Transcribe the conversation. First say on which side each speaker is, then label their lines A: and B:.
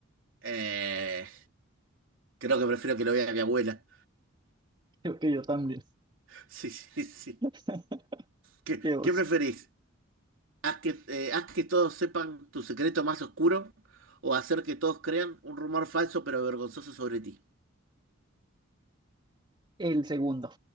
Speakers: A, on the right; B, on the right.
A: Eh, creo que prefiero que lo vea mi abuela.
B: Creo que yo también.
A: Sí, sí, sí.
B: <laughs>
A: ¿Qué,
B: Qué oso.
A: qué preferís? ¿Haz que, eh, haz que todos sepan tu secreto más oscuro o hacer que todos crean un rumor falso pero vergonzoso sobre ti?
B: El segundo,